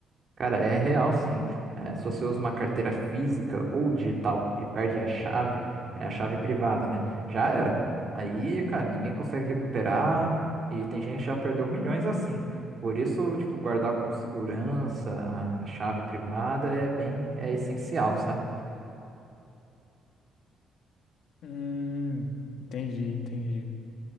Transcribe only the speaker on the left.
Hum, entendi, entendi.